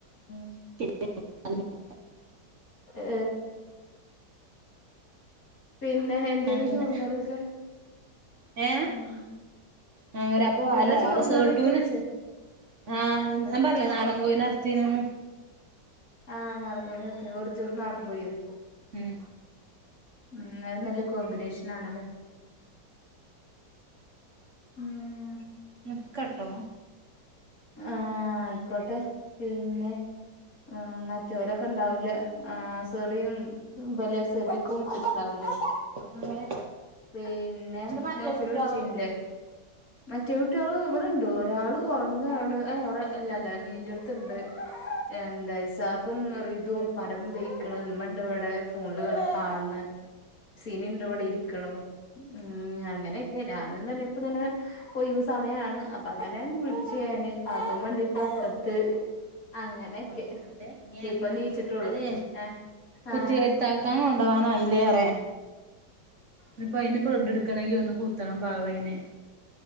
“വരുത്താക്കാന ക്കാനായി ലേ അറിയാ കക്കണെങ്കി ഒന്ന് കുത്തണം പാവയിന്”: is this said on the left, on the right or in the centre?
Right